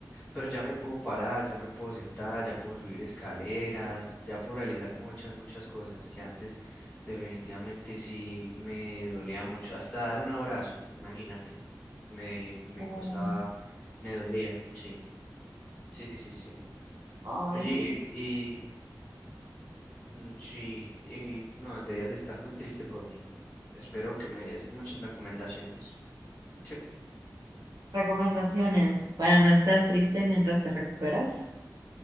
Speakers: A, on the left; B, on the right.
A: pero ya me puedo parar, ya me puedo sentar, ya puedo subir escaleras, ya puedo realizar muchas, muchas cosas que antes definitivamente sí me dolía mucho. Hasta dar un abrazo, imagínate, me, me
B: No.
A: costaba, me dolía, sí, sí, sí, sí.
B: Ay,
A: Oye, y, y mm, sí, y no, deberías de estar muy triste por mí. Espero que me des muchas recomendaciones. Sí,
B: Recomendaciones para no estar triste mientras te recuperas.